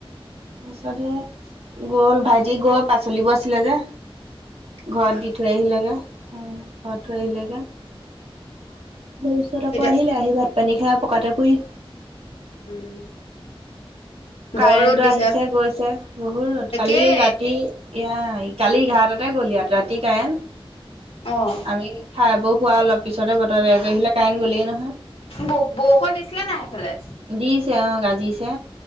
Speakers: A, on the right; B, on the left.
A: তাৰপিছত সেই গ'ল ভাইটি গৈ পাচলিবোৰ আছিলে যে ঘৰত দি থৈ আহিলেগে। ঘৰত থৈ আহিলেগে তাৰ পিছত আকৌ
B: এতিয়া
A: আহিলে আহি ভাত পানী খাই পকাতে পৰি
B: উম।
A: কাৰেণ্টটো
B: বৰ ৰ'দ দিছে
A: আহিছে গৈছে বহু ৰত
B: একেই
A: কালি ৰাতি এইয়াই, কালি এঘাৰটাতে গ'ল ইয়াত ৰাতি কাৰেণ্ট
B: অ'।
A: আমি খাই বৈ খুৱাৰ অলপ পিছতে, বতৰ বেয়া কৰি আহিলে কাৰেণ্ট গলেই নহয়।
B: ব বৰষুণ দিছিলে নাই সেইফালে।
A: দিছে অ', গাজিছে।